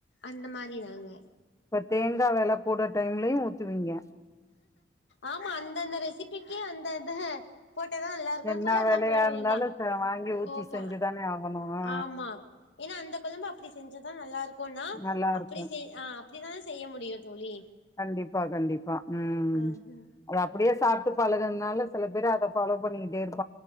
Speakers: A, on the left (about 80°); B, on the left (about 20°).
A: அந்த மாரி நாங்க
B: இப்ப தேங்காய் வெல கூட டைம்லையும் ஊத்துவீங்க
A: ஆமா அந்தந்த ரெசிபிக்கி அந்த அத போட்டதான் நல்லா இருக்கும்ன்னு
B: என்ன
A: சொல்லி அதெல்லாம்
B: வேலையா
A: போடுவேன்
B: இருந்தாலு
A: தான்
B: ச வாங்கி ஊத்தி
A: ஓகே
B: செஞ்சுதானே ஆகணு ஆ
A: ஆமா ஏன்னா அந்த கொழம்பு அப்டி செஞ்சதான் நல்லா இருக்கும்னா
B: நல்லா இருக்கு
A: அப்டி செய் அ அப்டித்தான செய்ய முடியும் தோழி
B: கண்டிப்பா கண்டிப்பா ம்
A: ஆஹ
B: அத அப்டியே சாப்ட்டு பழகுதுனாலு செல பேர் அத ஃபாலோ பண்ணிக்கிட்டே இருக்